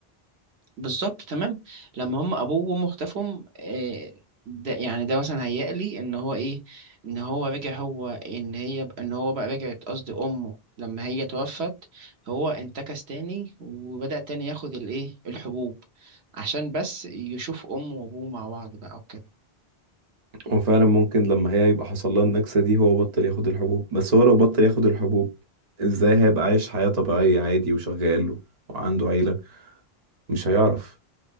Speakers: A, on the right; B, on the right.
A: بالظبط تمام لما هم ابوه وامه اختفوا آه، ده يعني ده مثلا هيقلي لي ان هو ايه ان هو رجع هو ان هي ان هو بقى رجعت قصدي امه لما هي توفت هو انتكس تاني وبدأ تاني ياخد الايه الحبوب عشان بس يشوف امه وابوه مع بعض بقى وكده
B: وفعلا ممكن لما هي يبقى حصل لها النكسة دي هو بطل ياخد الحبوب بس هو لو بطل ياخد الحبوب ازاي هيبقى عايش حياة طبيعية عادي وشغال وعنده عيلة مش هيعرف